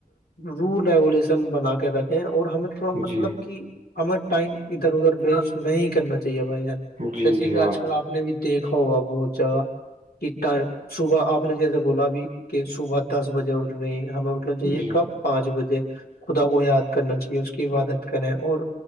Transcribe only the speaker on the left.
رول ریگولیشن بنا کے رکھیں اور ہمیں تھوڑا
مطلب
کہ ہمیں ٹائم ادھر ادھر ویسٹ نہیں کرنا چاہی ی ہے بھائی ج
ویسے
کہ آج کل آپ نے بھی دیکھا ہوگا بہت جگہ کہ ٹائم صبح آپ نے جیسے بولا اب کہ صبح دس بجے اٹھ رہے ہیں ہم نا چاہیے
کب پانچ بجے خدا وہ یاد کرنا چاہیے اس کی عبادت کریں اور